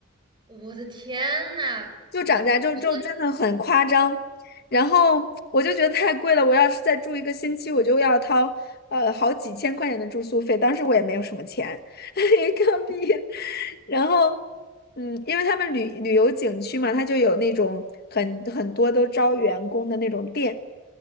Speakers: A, on the right; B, on the left.
A: 我的天呐，
B: 就涨价就就真的很夸张，
A: 不是，
B: 然后我就觉得太贵了，我要是再住一个星期，我就要掏呃好几千块钱的住宿费，当时我也没有什么钱，<laughs> 一个币，然后嗯，因为他们旅旅游景区嘛，它就有那种很很多都招员工的那种店，